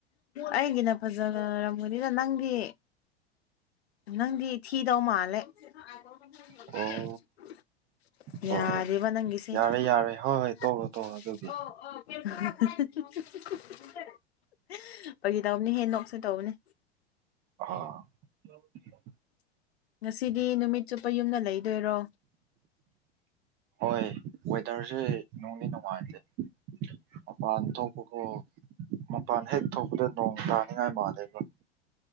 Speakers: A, on the left; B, on the right.
A: ꯑꯩꯒꯤꯅ ꯐꯖꯔꯝꯒꯅꯤꯗ ꯅꯪꯗꯤ ꯅꯪꯗꯤ ꯊꯤꯗꯧ ꯃꯥꯜꯂꯦ <unintelligible>
B: ꯑꯣ ꯍꯣꯏ ꯍꯣꯏ
A: ꯌꯥꯔꯦꯕ ꯅꯪꯒꯤꯁꯦ <unintelligible>
B: ꯌꯥꯔꯦ ꯌꯥꯔꯦ ꯍꯣꯏ ꯍꯣꯏ ꯇꯣꯛꯑꯣ ꯇꯣꯛꯑꯣ ꯑꯗꯨꯒꯤ
A: ꯐꯥꯒꯤ ꯇꯧꯕ ꯅꯦꯍꯦ ꯅꯣꯛꯁꯦ ꯇꯧꯕꯅꯦ
B: ꯑꯣ <inaudible>
A: ꯉꯁꯤꯗꯤ ꯅꯨꯃꯤꯠ ꯆꯨꯞꯄ ꯌꯨꯝꯅ ꯂꯩꯗꯣꯏꯔꯣ
B: ꯍꯣꯏ ꯋꯦꯗꯔꯁꯦ ꯅꯨꯡꯗꯤ ꯅꯨꯡꯉꯥꯏꯇꯦ ꯃꯄꯥꯟ ꯊꯣꯛꯄꯕꯨ ꯃꯄꯥꯟ ꯍꯦꯛ ꯊꯣꯛꯄꯗ ꯅꯣꯡ ꯇꯥꯅꯤꯡꯉꯥꯏ ꯃꯥꯜꯂꯦꯕ